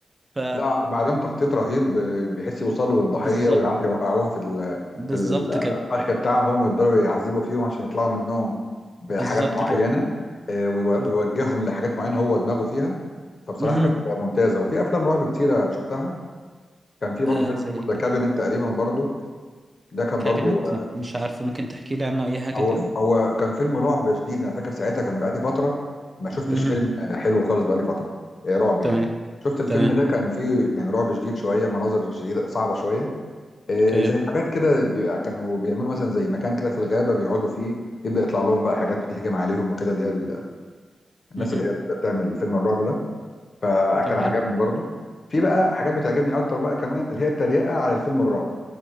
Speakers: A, on the right; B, on the left.
A: ف
B: لا بعدهم تخطيط رهيب آه، بيحس يوصلوا للضحية
A: بالظبط
B: ويعرفوا يوقعوها في ال
A: بالظبط
B: في ال- الأخ
A: كده
B: بتاعهم ويفضلوا يعذبوا فيهم عشان يطلعوا منهم بحاجات
A: بالظبط
B: معينة
A: كده
B: آه، ويو-
A: ب-
B: ويوجههم لحاجات معينة هو دماغه فيها فبصراحة
A: مهم.
B: كانت ممتازة وفي أفلام رعب كتيرة شفتها كان في برضه
A: آه
B: فيلم
A: زي ايه كده
B: ذا كابينت تقريبا برضه ده كان
A: كابينت
B: برضو
A: لا مش عارفه ممكن تحكي لي عنه اي حاجه
B: هو
A: كده
B: هو كان فيلم رعب شديد انا فاكر ساعتها كان بقالي فتره ما شفتش
A: مهم.
B: فيلم حلو خالص بقالي فتره آه، رعب يعني
A: تمام
B: شفت الفيلم
A: تمام
B: ده تمام كان فيه يعني رعب شديد شويه مناظر شديده صعبه شويه آه،
A: اوكي
B: زي حاجات كده بيبقى كانوا بيعملوا مثلا زي مكان كده في الغابه بيقعدوا فيه يبدا يطلع لهم بقى حاجات بتهجم عليهم وكده اللي هي ال- الناس
A: مهم.
B: اللي هي اللي بتعمل فيلم الرعب ده فكان
A: تمام
B: عجبني برضو في بقى حاجات بتعجبني اكتر بقى كمان اللي هي التريقه على الفيلم الرعب